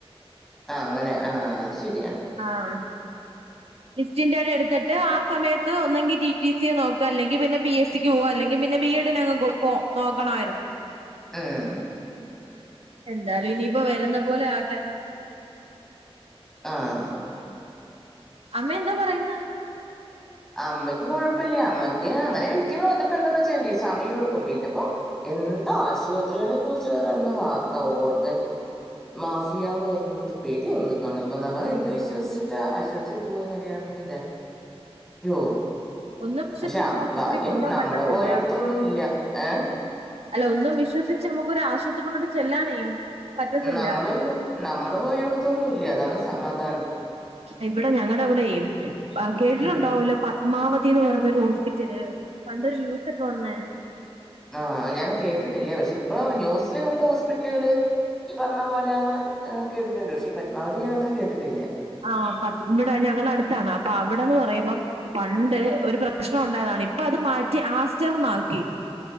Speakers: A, in the centre; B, on the right.
A: ആഹ് അങ്ങനെ ആഹ് അത് ശരിയാ
B: ആഹ് ഡിസ്റ്റ്ൻ്റെ് ആയിട്ട് എടുത്തിട്ട് ആഹ് സമയത്ത് ഒന്നെങ്കി ടി ടി സി നോക്കാ അല്ലെങ്കിൽ പിന്നെ പി എസ് സി പോവാം അല്ലെങ്കിൽ പിന്നെ ബീ എഡന് അങ് പോ നോക്കണമായിരുന്നു
A: ആഹ്
B: എന്തായാലും ഇനിയിപ്പോ വരുന്ന പോലെ ആട്ടെ
A: ആഹ്
B: അമ്മ എന്താ പറയുന്നേ
A: അമ്മയ്ക്ക് കുഴപ്പമില്ല അമ്മക്ക് അങ്ങനെ വിളിക്കുന്നു ഇത് ഇപ്പൊ എന്താണ് എന്ന് വെച്ചല്ലേ സമയം എടുക്കും പിന്നെപ്പോ എന്താ ആശുപത്രികളെ കുറിച്ച കടന്ന വാർത്ത ഓർഗൻ മാഫിയന്ന് പറഞ്ഞിട്ട് പേടി ആവുന്നു നമ്മൾെഎന്തു വിശ്വസിച്ചിട്ട് ആശുപത്രിയിൽ പോവ അങ്ങനെയാണെങ്കില്ലേ അയ്യോ
B: ഒന്നും വിശ്വസിച്ച്
A: പക്ഷെ
B: ആശുപത്രി
A: ഭാഗ്യം
B: കൊണ്ടുപോകാൻ
A: നമ്മൾ
B: പറ്റത്തില്ല
A: പോയടത്തൊന്നും ഇല്ല ഏഹ്
B: അല്ല ഒന്നും വിശ്വസിച്ച് നമുക്കൊ ഒരു ആശുപത്രിനോട് ചെല്ലാനേ പറ്റത്തില്ല
A: നമ്മള് നമ്മള് പോയടത്തൊന്നും ഇല്ല അതാണ് സമാധാനം
B: ഇവിടെ ഞങ്ങടെ അവിടെ കേട്ടിട്ടുണ്ടാവൂലോ
A: ഉം
B: ഉമാവതി എന്ന് പറഞ്ഞരു ഹോസ്പിറ്റല് പണ്ടൊരു ന്യൂസൊക്കെ വന്നേ
A: ആഹ ഞാൻ കേട്ടിട്ടില്ലേ പക്ഷെ ഇപ്പൊ ന്യൂസില് കണ്ട ഹോസ്പിറ്റലുകൾ ഈ പറഞ്ഞ പോലെ കേട്ടിട്ടുണ്ട് പക്ഷേ ഈ പത്മാവതി ഞാൻ അത്ര കേട്ടിട്ടില്ല
B: ആഹ ഇവിടെ ഞങ്ങള അടുത്താണ് അപ്പൊ അവിടെന്ന് പറയുമ്പം പണ്ട് ഒരു പ്രശ്നം ഉണ്ടായതാണ് ഇപ്പൊ അത് മാറ്റി ആസ്റ്റർ എന്ന് ആക്കി